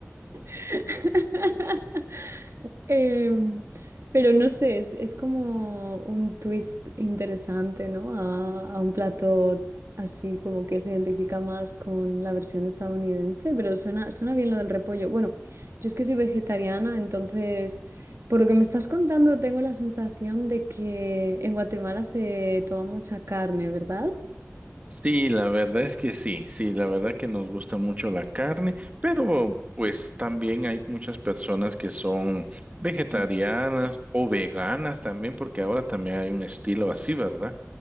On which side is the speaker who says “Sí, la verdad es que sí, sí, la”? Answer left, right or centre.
Right